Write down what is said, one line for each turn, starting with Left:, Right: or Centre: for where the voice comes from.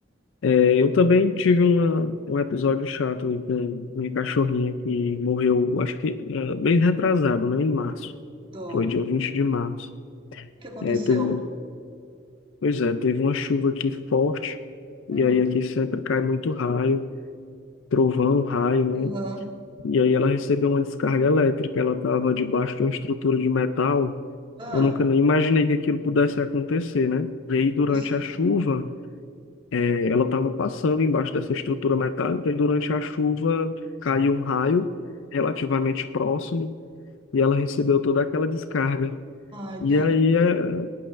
Left: É, eu também tive uma, um episódio chato aí com minha cachorrinha que morreu, acho que é, bem retrasado, né? Em março.
Right: dó,
Left: Foi
Right: meu
Left: dia
Right: Deus.
Left: 20 de março.
Right: O que aconteceu?
Left: É, teve, pois é, teve uma chuva aqui forte,
Right: Hum,
Left: e aí aqui sempre cai muito raio, trovão, raio, né?
Right: aham.
Left: E aí ela recebeu uma descarga elétrica, ela estava debaixo de uma estrutura de metal
Right: Ah,
Left: Eu nunca nem imaginei que aquilo pudesse acontecer, né? E aí, durante
Right: nossa.
Left: a chuva, eh, ela estava passando embaixo dessa estrutura metálica, e durante a chuva caiu um raio relativamente próximo, e ela recebeu toda aquela descarga.
Right: Ai,
Left: E
Right: tá
Left: aí,
Right: de
Left: eh,